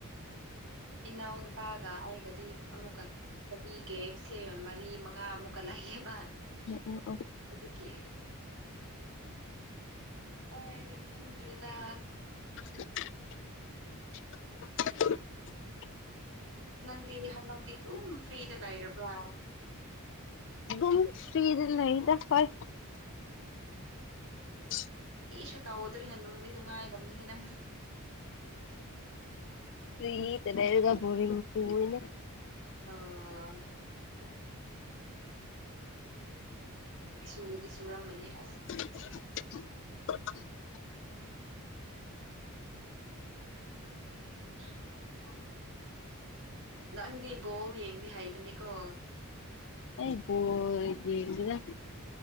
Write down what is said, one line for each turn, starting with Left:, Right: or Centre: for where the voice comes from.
Right: ꯏꯅꯥꯎꯅꯨꯄꯥꯒ ꯑꯩꯒꯗꯤ ꯑꯃꯨꯛꯀ ꯆꯍꯤ ꯒꯦꯞꯁꯦ ꯃꯔꯤ ꯃꯉꯥ ꯑꯃꯨꯛꯀ ꯂꯩꯌꯦꯕ꯫
Left: ꯑꯣ ꯑꯣ ꯑꯣ
Right: ꯑꯗꯨꯒꯤ ꯑꯩ ꯈꯪꯗ꯭ꯔꯦꯗ
Left: <unintelligible>
Right: ꯅꯪꯗꯤ ꯍꯟꯗꯛꯇꯤ ꯑꯗꯨꯝ ꯐ꯭ꯔꯤꯗ ꯂꯩꯔꯕ꯭ꯔꯣ?
Left: ꯗꯨꯝ ꯐꯔꯤꯗꯤ ꯂꯩꯗ ꯍꯣꯏ꯫ ꯍ
Right: ꯀ꯭ꯔꯤꯁꯨ ꯇꯧꯗ꯭ꯔꯤꯅ ꯅꯨꯡꯗꯤ ꯅꯨꯡ ꯉꯥꯏꯕꯅꯤ ꯍꯦꯟꯅ
Left: ꯐꯔꯤꯗ ꯂꯩꯔꯒ ꯕꯣꯔꯤꯡ ꯆꯨꯏꯋꯦꯅꯦ꯫
Right: ꯑꯣ ꯆꯨ ꯗꯤ ꯆꯨꯔꯝꯃꯅꯤ ꯑꯁ
Left: <unintelligible>
Right: <unintelligible> ꯅꯪꯗꯤ ꯕꯣꯜ ꯌꯦꯡꯅꯤ ꯍꯥꯏꯕꯅꯤꯀꯣ꯫
Left: ꯑꯩ ꯕꯣꯜ ꯌꯦꯡꯗꯦꯗ